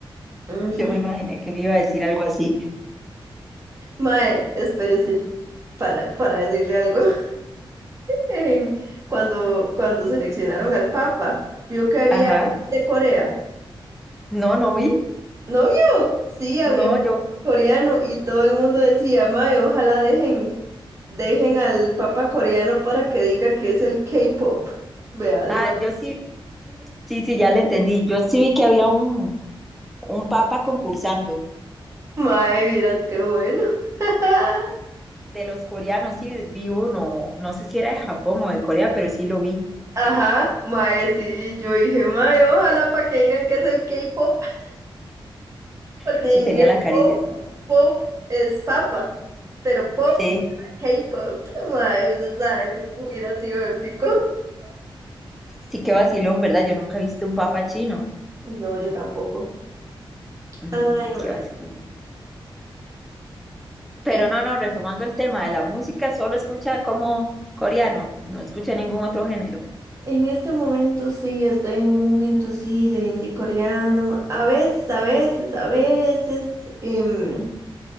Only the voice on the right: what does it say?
Ujú.
Mae, espérese para, para decirle algo. <laughs> En- cuando, cuando seleccionaron al Papa, vio que había
alguien de Corea.
¿No vio? Sí, había
un coreano y todo el mundo decía, mae, ojalá dejen, dejen al papa coreano para que diga que es el K-pop. Vea, le
voy
a- <laughs> Mae, vieras qué bueno. <laughs>
Ajá, mae, sí, yo dije, mae, ojalá para que digan que es el K-pop, <laughs> porque
en
inglés
pop,
pop es papa, pero pop,
K-pop, <laughs> mae, usted sabe, eso hubiera sido épico. <laughs>
No, yo tampoco.
Ay, mae.
¿Y
En este momento sí, estoy en un momento sí de indie coreano. A veces, a veces, a veces, em,